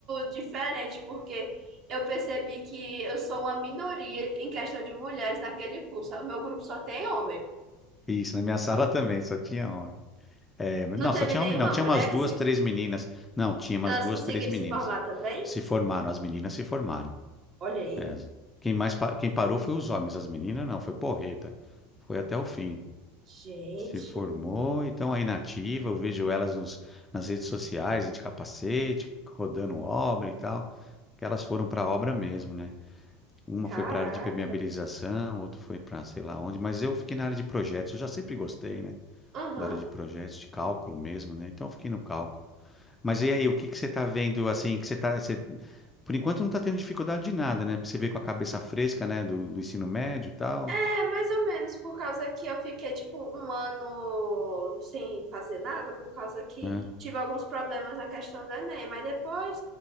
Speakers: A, on the right (about 45°); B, on the left (about 15°).
A: diferente porque eu percebi que eu sou uma minoria em questão de mulheres naquele curso. O meu grupo só tem homens.
B: Isso, na minha <laughs> sala também, só tinha homem. É, mas
A: Não
B: não,
A: teve
B: só tinha
A: nenhuma
B: homem, não. Tinha
A: mulher
B: umas duas,
A: que se,
B: três meninas. Não, tinha umas
A: elas
B: duas,
A: conseguiram
B: três meninas.
A: se formar também?
B: Se formaram, as meninas se formaram.
A: Olha aí.
B: É. Quem mais pa- quem parou foi os homens, as meninas não, foi porreta. Foi até o fim.
A: Gente,
B: Se formou e estão aí na ativa. Eu vejo elas nos, nas redes sociais de capacete, rodando obra e tal. Que elas foram para a obra mesmo, né? Uma
A: caraca.
B: foi para a área de permeabilização, outra foi para sei lá onde, mas eu fiquei na área de projetos. Eu já sempre gostei, né?
A: Aham.
B: Da área de projetos, de cálculo mesmo, né? Então eu fiquei no cálculo. Mas e aí, o que que você está vendo assim, que você tá, você por enquanto não está tendo dificuldade de nada, né? Porque você veio com a cabeça fresca, né? Do, do ensino médio e tal.
A: É, mais ou menos, por causa que eu fiquei, tipo, um ano sem fazer nada, por causa que
B: Aham,
A: tive alguns problemas na questão do Enem, mas depois